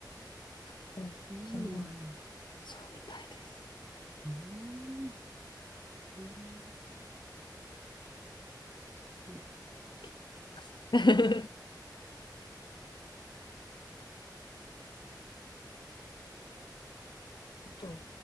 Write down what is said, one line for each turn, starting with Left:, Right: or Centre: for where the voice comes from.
Left: <laughs> そうそんなのあって、
Right: そんなのもあるんだ。
Left: そうみたいです。
Right: うん、えー、すごい。
Left: 気になりますね。<laughs> あと、